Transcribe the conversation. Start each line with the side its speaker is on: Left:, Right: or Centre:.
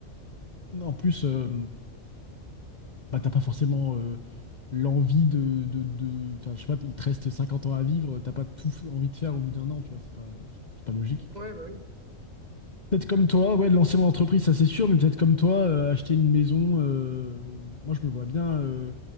Left: euh, en plus euh, bah t'as pas forcément euh, l'envie de de de enfin je sais pas il te reste 50 ans à vivre, t'as pas tout f- envie de faire au bout d'un an, tu vois. C'est pas c'est pas logique.
Right: Ouais, bah oui.
Left: Peut-être comme toi, ouais, de lancer mon entreprise, ça c'est sûr, mais peut-être comme toi, euh, acheter une maison, euh, moi je me vois bien euh,